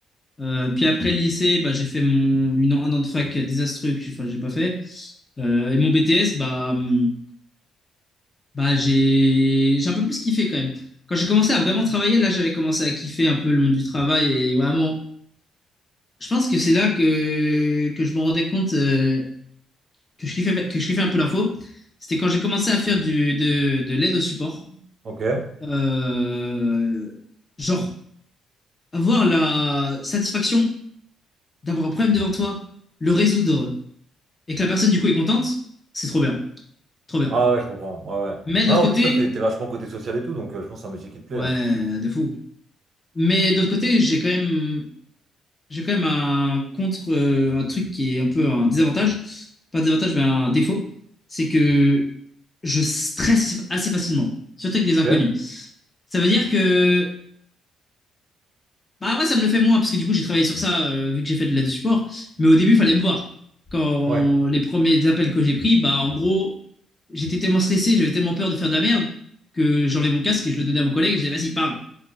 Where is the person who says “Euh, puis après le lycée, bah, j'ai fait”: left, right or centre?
Left